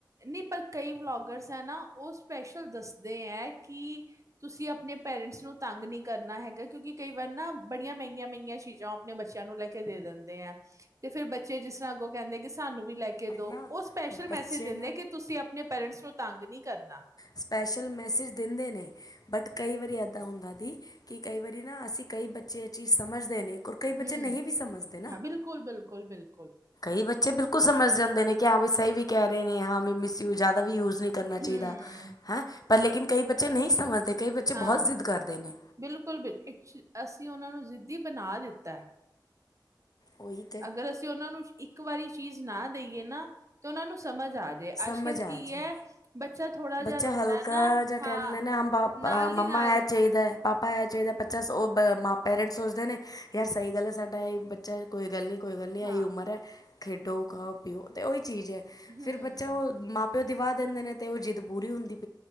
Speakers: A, on the right; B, on the left.
A: ਨਹੀਂ ਪਰ ਕਈ ਵਲੋਗਰਸ ਹੈ ਨਾ ਉਹ ਸਪੈਸ਼ਲ ਦੱਸਦੇ ਹੈ। ਕਿ ਤੁਸੀਂ ਆਪਣੇ? ਪੇਰੈਂਟਸ ਨੂੰ ਤੰਗ ਨਹੀਂ ਕਰਨਾ ਹੈਗਾ। ਕਿਉਂਕਿ ਕਈ ਵਾਰ ਨਾ ਬੜੀਆਂ ਮਹਿੰਗੀਆਂ ਮਹਿੰਗੀਆਂ ਚੀਜ਼ਾਂ ਉਹ ਆਪਣੇ ਬੱਚਿਆਂ ਨੂੰ ਲੈ ਕੇ ਦੇ ਦਿੰਦੇ ਆ। ਦਿੰਦੇ ਆ ਤੇ ਫੇਰ ਬੱਚੇ ਜਿਸ ਤਰ੍ਹਾਂ ਅੱਗੋਂ ਕਹਿੰਦੇ ਕਿ ਸਾਨੂੰ ਵੀ ਲੈ ਕੇ
B: ਆਪਣਾ
A: ਦੋ ਉਹ ਸਪੈਸ਼ਲ
B: ਬੱਚੇ
A: ਮੈਸੇਜ। ਦਿੰਦੇ ਕਿ ਤੁਸੀਂ ਆਪਣੇ ਪੇਰੈਂਟਸ ਨੂੰ ਤੰਗ ਨਹੀਂ ਕਰਨਾ।
B: ਸਪੈਸ਼ਲ ਮੈਸੇਜ ਦਿੰਦੇ ਨੇ। ਬਟ ਕਈ ਵਾਰੀ ਇੱਦਾਂ ਹੁੰਦਾ ਦੀ ਕਿ ਕਈ ਵਾਰੀ ਨਾ ਅਸੀਂ ਕਈ ਬੱਚੇ ਇਹ ਚੀਜ਼ ਸਮਝਦੇ ਨੇ। ਔਰ ਕਈ ਬੱਚੇ
A: ਹੂੰ
B: ਨਹੀਂ ਵੀ ਸਮਝਦੇ
A: ਹਾਂ ਬਿਲਕੁਲ ਬਿਲਕੁਲ ਬਿਲਕੁਲ।
B: ਇਹ ਬੱਚੇ ਬਿਲਕੁਲ ਸਮਝ ਜਾਂਦੇ ਨੇ ਕਿ ਹਾਂ ਵੀ ਸਹੀ ਵੀ ਕਹਿ ਰਹੇ ਨੇ ਹਾਂ ਵੀ ਮਿਸ ਯੂਜ ਜਿਆਦਾ ਵੀ ਯੂਜ। ਯੂਜ ਨਹੀਂ ਕਰਨਾ ਚਾਹੀਦਾ
A: ਹੂੰ,
B: ਹੈ। ਪਰ ਲੇਕਿਨ ਕਈ ਬੱਚੇ ਨਹੀਂ ਸਮਝਦੇ। ਕਈ ਬੱਚੇ
A: ਹਾਂ
B: ਬਹੁਤ ਜ਼ਿੱਦ ਕਰਦੇ ਨੇ
A: ਬਿਲਕੁਲ ਬਿਲਕੁ ਅਸੀਂ ਉਹਨਾਂ ਨੂੰ। ਜੀਂਦੀ ਬਣਾ ਦਿੱਤਾ ਹੈ।
B: ਉਹੀ ਤੇ
A: ਅਗਰ ਅਸੀਂ ਉਹਨਾਂ ਨੂੰ ਇੱਕ ਵਾਰੀ ਚੀਜ਼ ਨਾ ਦੇਈਏ ਨਾ ਤੇ ਉਹਨਾਂ ਨੂੰ। ਸਮਝ ਆ ਜੇ
B: ਸਮਝ
A: ਅੱਜ ਕੱਲ
B: ਆ
A: ਕੀ
B: ਜਾਏ
A: ਹੈ ਬੱਚਾ? ਥੋੜਾ ਜਿਹਾ
B: ਬੱਚਾ
A: ਰੋਂਦਾ
B: ਹਲਕਾ
A: ਹੈ ਨਾ
B: ਜਿਹਾ
A: ਹਾਂ
B: ਕਹਿੰਦੇ ਨੇ
A: ਨਾਲ
B: ਮੰਮਾ
A: ਦੀ ਨਾਲ
B: ਇਹ ਚਾਹੀਦਾ ਹੈ। ਚਾਹੀਦਾ ਪਾਪਾ ਹੈ ਚਾਹੀਦਾ। ਬੱਚਾ ਪੈਰੈਂਟਸ ਸੋਚਦੇ ਨੇ ਯਾਰ ਸਹੀ ਗੱਲ ਹੈ ਸਾਡਾ ਇਹ ਬੱਚਾ ਹੈ ਕੋਈ ਗੱਲ ਨਹੀਂ। ਕੋਈ ਗੱਲ ਨਹੀਂ
A: ਹਾਂ
B: ਇਹ ਉਮਰ ਹੈ। ਖੇਡੋ, ਖਾਉ, ਪੀਉ ਤੇ ਉਹੀ ਚੀਜ਼ ਆ
A: ਹਮ
B: ਫਿਰ ਬੱਚਾ ਉਹ ਮਾਂ। ਫਿਰ ਦਿਵਾ ਦਿੰਦੇ ਨੇ ਤੇ ਉਹ ਜਿੱਦ ਪੂਰੀ ਹੁੰਦੀ ਹੈ।